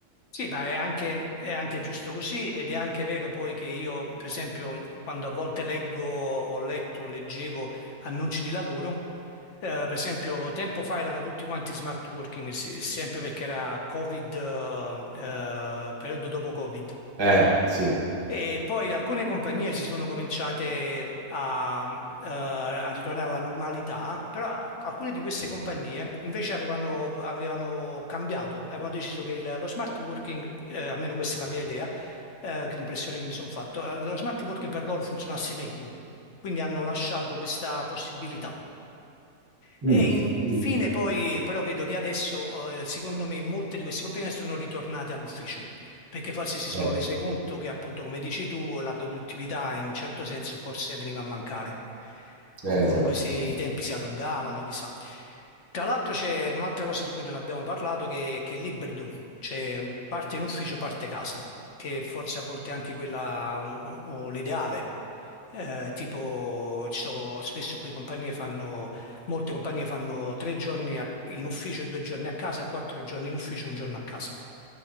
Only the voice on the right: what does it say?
Eh, sì.
Mm.
Mm.
Eh,
eh,
esatto,
sì.